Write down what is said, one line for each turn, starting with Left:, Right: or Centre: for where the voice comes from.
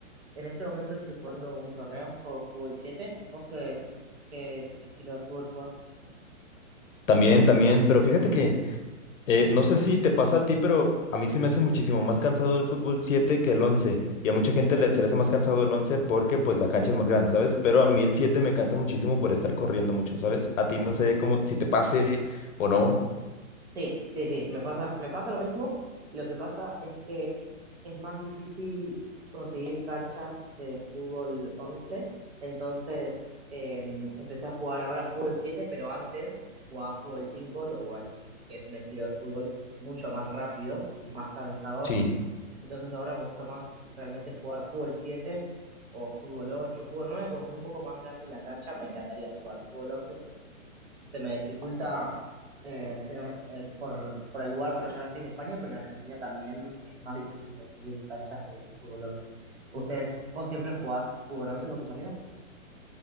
Right: En este momento estoy jugando un torneo, juego fútbol 7. ¿Vos qué, qué estilo de fútbol jugás?
Left: También, también, pero fíjate que Eh, no sé si te pasa a ti, pero a mí se me hace muchísimo más cansado el fútbol 7 que el 11. Y a mucha gente le- se le hace más cansado el 11 porque pues la cancha es más grande, ¿sabes? Pero a mí el 7 me cansa muchísimo por estar corriendo mucho, ¿sabes? A ti no sé cómo, si te pase o no.
Right: Sí, sí, sí, me pasa, me pasa lo mismo. Lo que pasa es que es más difícil conseguir canchas de fútbol 11. entonces eh, empecé a jugar ahora fútbol 7, pero antes jugaba fútbol 5, lo cual que es un estilo de fútbol mucho más rápido y más cansador.
Left: Sí.
Right: Entonces ahora me gusta más realmente jugar fútbol 7 o fútbol 8, fútbol 9, como es un poco más grande la cancha, me encantaría jugar fútbol 11, se me dificulta eh, se me- el- por, por el lugar, bueno, yo ahora estoy en España, pero en Argentina también es más difícil conseguir canchas de fútbol once ¿Ustedes, vos siempre jugás fútbol 11 con tus amigos?